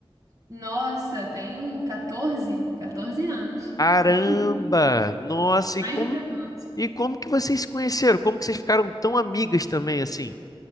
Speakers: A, on the right; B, on the left.
A: Nossa, tenho catorze catorze anos.
B: Caramba!
A: Mais de catorze
B: Nossa, e
A: Mais
B: como
A: de catorze
B: E como que vocês se conheceram? Como que vocês ficaram tão amigas também assim?